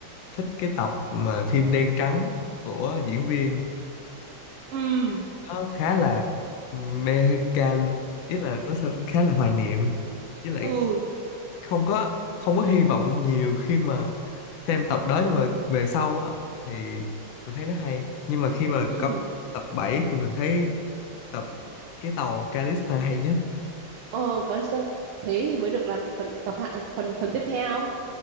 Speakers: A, on the left (about 75°); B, on the right (about 90°).
A: thích cái tập mà phim đen trắng của diễn viên
B: ừ
A: nó khá là mecha ý là nó sẽ khá là hoài niệm với lại
B: ừ
A: không có không có hy vọng nhiều khi mà xem tập đó nhưng mà về sau á thì mình thấy nó hay nhưng mà khi mà
B: ừ
A: coi tập 7 thì mình thấy tập cái tàu Callisto hay nhất
B: ờ có sơ thế thì mới được làm phần tập hạ phần phần tiếp theo